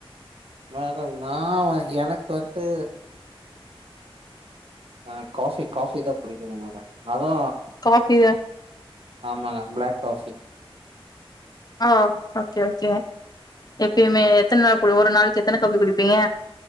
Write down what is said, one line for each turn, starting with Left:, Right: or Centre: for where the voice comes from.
Right: மேடம் நா வ எனக்கு வந்து ஆ காஃபி காஃபிதா புடிக்கும் மேடம் அது
Left: காஃபி தா
Right: ஆமாங்க பிளாக் காஃபி
Left: ஓ ஓகே ஓகேங்க
Right: ம்
Left: எப்பையுமே எத்தன நாள் ஒரு நாளைக்கு எத்தன காஃபி குடிப்பீங்க